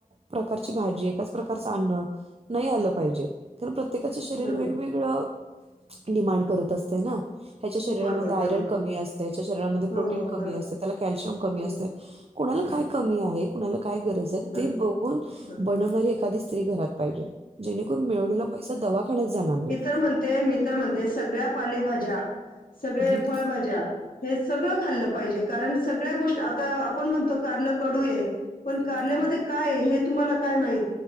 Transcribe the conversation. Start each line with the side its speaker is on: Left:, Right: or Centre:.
Right: प्रकारची भाजी एकाच प्रकारचं अन्न नाही आलं पाहिजे कार प्रत्येकाचे शरीर
Left: बरोबर.
Right: वेगवेगळं डिमांड करत असत ना ह्याच्या शरीरामध्ये
Left: हो बरोबर,
Right: आयरन
Left: बरोबर.
Right: कमी असते ह्याच्या शरीरामध्ये प्रोटीन
Left: हो, हो,
Right: कमी
Left: बरोबर.
Right: असते त्याला कॅल्शियम कमी
Left: हं.
Right: असते कोुणाला
Left: हं
Right: काय कमी आहे कुणाला काय गरज आहे
Left: बरोबर
Right: ते बघून
Left: बरोबर
Right: बनवणारी एखादी स्त्री घरात पाहिजे जेणेकरून मिळवलेला पैसा दवाखान्यात जाणार नाही
Left: म म्हणते मित्र म्हणते सगळ्या पालेभाज्या सगळे
Right: हं,
Left: फळभाज्या हे सगळं खाल्लं पाहिजे कारण सगळ्या गोष्टी आता आपण म्हणतो कारल कडू आहे पण कारल्यामध्ये
Right: हं.
Left: काय हे तुम्हाला काय माहित